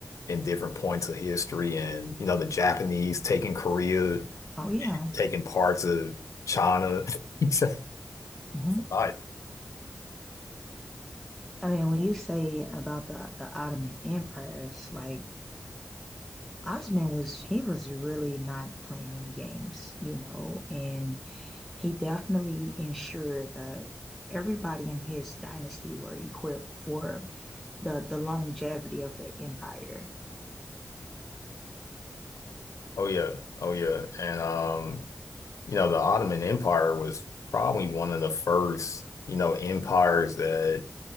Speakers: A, on the left (about 85°); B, in the centre.
A: in different points of history and, you know, the Japanese taking Korea,
B: Oh, yeah.
A: taking parts of China. <laughs> It's
B: hmm
A: a lot.
B: I mean, when you say about the the Ottoman Empire, it's like Osman was he was really not playing any games, you know, and he definitely ensured that everybody in his dynasty were equipped for the the longevity of the empire.
A: Oh yeah. Oh yeah. And um, you know, the Ottoman Empire was probably one of the first, you know, empires that